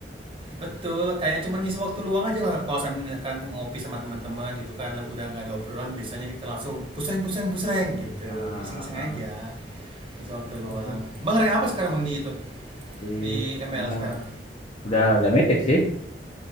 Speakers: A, on the right; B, on the left.
A: Betul, kayak cuman ngisi waktu luang aja kalau kalau sambil misalkan ngopi sama teman-teman gitu kan, lalu udah nggak ada obrolan biasanya kita langsung busreng busreng busreng gitu,
B: ah, ah,
A: iseng-iseng
B: ah.
A: aja, ngisi waktu
B: Sama
A: luang.
B: sih
A: Bang rank apa sekarang Bang di itu?
B: di
A: Di ML
B: emang
A: sekarang?
B: udah udah mitik sih